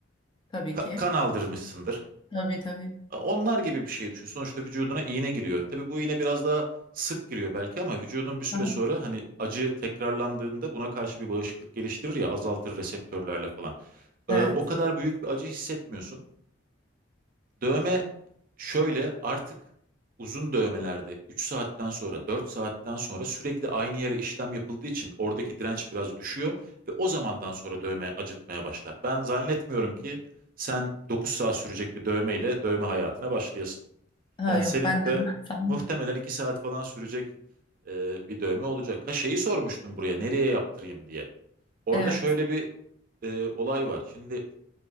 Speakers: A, on the left (about 25°); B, on the right (about 45°).
A: Tabii
B: Ka-
A: ki.
B: kan aldırmışsındır.
A: Tabii tabii.
B: A- Onlar gibi bir şey düşün. Sonuçta vücuduna iğne giriyor. Tabii bu iğne biraz daha sık giriyor belki ama vücudun bir süre
A: Aha,
B: sonra hani acı tekrarlandığında buna karşı bir bağışıklık geliştirir ya azaltır reseptörlerle falan. E,
A: Evet.
B: o kadar büyük bir acı hissetmiyorsun. Dövme şöyle artık uzun dövmelerde 3 saatten sonra 4 saatten sonra sürekli aynı yere işlem yapıldığı için oradaki direnç biraz düşüyor ve o zamandan sonra dövme acıtmaya başlar. Ben zannetmiyorum ki sen 9 saat sürecek bir dövmeyle dövme hayatına başlayasın.
A: Ha,
B: Yani
A: yok
B: senin
A: ben de.
B: de
A: <laughs> Tamam.
B: muhtemelen 2 saat falan sürecek e, bir dövme olacak. Ha şeyi sormuştum buraya nereye yaptırayım diye. Orada
A: Evet.
B: şöyle bir e, olay var. Şimdi